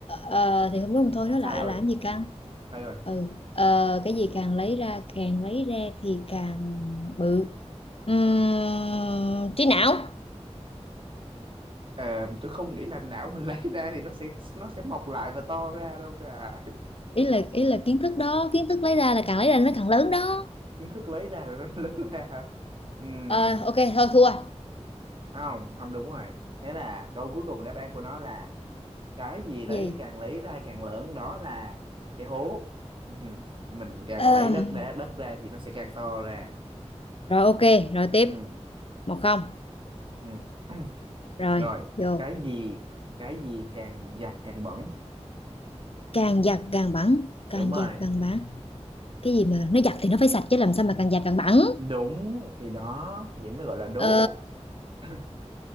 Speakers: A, on the left (about 55°); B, on the right (about 50°).
A: ờ, thì không đúng thôi nó
B: sai
A: lại
B: rồi
A: làm gì căng
B: sai rồi
A: ừ ờ, cái gì càng lấy ra càng lấy ra thì càng bự Ừm, trí não
B: Ờ, tôi không nghĩ là não mình <laughs> lấy ra thì nó sẽ nó sẽ mọc lại và to ra đâu trà
A: ý là ý là kiến thức đó kiến thức lấy ra là càng lấy ra nó càng lớn đó
B: kiến thức lấy ra rồi nó <laughs> lớn ra hả Ừm,
A: Ờ, ok thôi thua
B: không không đúng rồi thế là câu cuối cùng đáp án của nó là cái gì lấy
A: gì
B: càng lấy ra càng lớn đó là cái hố Ừm, mình càng
A: Ờm,
B: lấy đất ra đất ra thì nó sẽ càng to ra
A: rồi ok rồi tiếp
B: Ừm,
A: một không
B: ừm. <clears throat>
A: rồi
B: rồi
A: vô
B: cái gì cái gì càng giặt càng bẩn
A: càng giặt càng bắn càng
B: đúng rồi
A: giặt càng bắn cái gì mà nó giặt thì nó phải sạch chứ làm sao mà càng giặt càng bẩn
B: đúng thì đó vậy mới gọi là đố
A: ờ,
B: <clears throat>